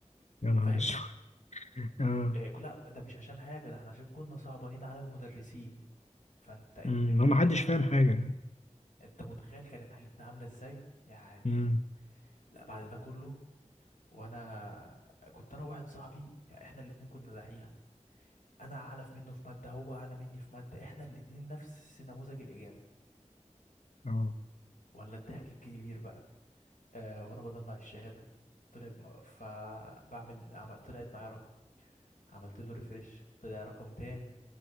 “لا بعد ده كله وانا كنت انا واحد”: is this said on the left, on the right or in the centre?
Left